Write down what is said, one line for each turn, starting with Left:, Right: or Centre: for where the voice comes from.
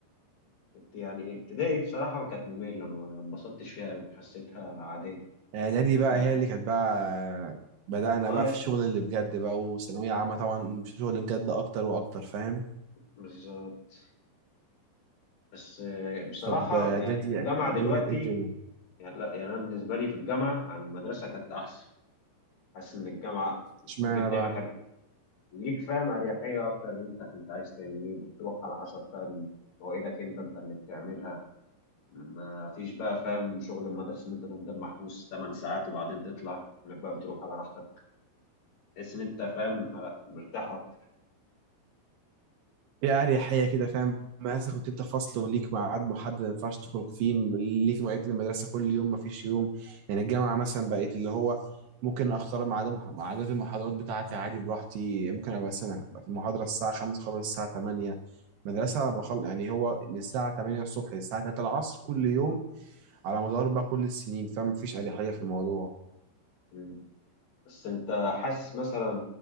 Left: يعني ابتدائي بصراحه كانت ممله ما انبسطتش فيها قوي حسيتها عاديه
Right: اعدادي
Left: انت
Right: بقى هي اللي كانت بقى بدأنا
Left: اه
Right: بقى في الشغل اللي بجد بقى وثانوية عامة طبعا في الشغل اللي بجد اكتر واكتر فاهم
Left: بالظبط بس آه، بصراحه
Right: طب اعدادي
Left: يعني في الجامعه
Right: اعدادي
Left: دلوقتي
Right: كانت ايه الدنيا
Left: يعني لا يعني انا بالنسبه لي في الجامعه عن المدرسه كانت احسن حاسس ان الجامعه
Right: اشمعنى
Left: ممكن تعمل
Right: بقى
Left: حاجات ليك فاهم اريحيه اكتر ان انت انت عايز تعمل ايه بتروح على حسب فاهم مواعيدك انت انت اللي بتعملها ما فيش بقى فاهم شغل المدرسه ان انت تفضل محبوس 8 ساعات وبعدين تطلع انك بقى بتروح على راحتك تحس ان انت فاهم آه، مرتاح اكتر
Right: هي أريحية كده فاهم مثلا كنت انت فصل وليك ميعاد محدد ما ينفعش تخرج فيه ليك مواعيد للمدرسة كل يوم ما فيش يوم يعني الجامعة مثلا بقيت اللي هو ممكن اختار ميعاد مح- ميعادات المحاضرات بتاعتي عادي براحتي ممكن ابقى مثلا أبقى في المحاضرة الساعة 5 خلص الساعة 8 مدرسة بخل يعني هو من الساعة 8 الصبح للساعة 3 العصر كل يوم على مدار بقى كل السنين فما فيش أريحية في الموضوع
Left: مم. بس انت حاسس مثلا